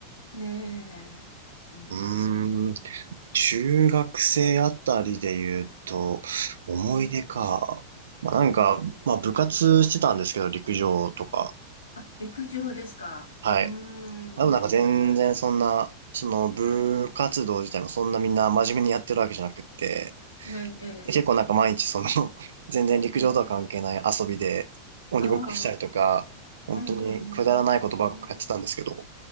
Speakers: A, on the left; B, on the right.
A: ねえ。うーん。
B: うーん、中学生あたりで言うと、思い出か。
A: うん、
B: まあなんか、
A: うん、
B: まあ部活してたんですけど、
A: うん。
B: 陸上とか。
A: あ、陸上ですか。
B: はい。
A: うーん、
B: でもなんか全然そんな、
A: いいですね。
B: その部活動自体もそんなみんな真面目にやってるわけじゃなくって、
A: はい。ええ、え
B: 結構なんか毎日その、<laughs> 全然陸上とは関係ない遊びで鬼ごっこしたりとか、
A: え、ええ、あ
B: 本当にくだらないことばっかやってたんですけど、
A: あ、うん、うん、うん、うん、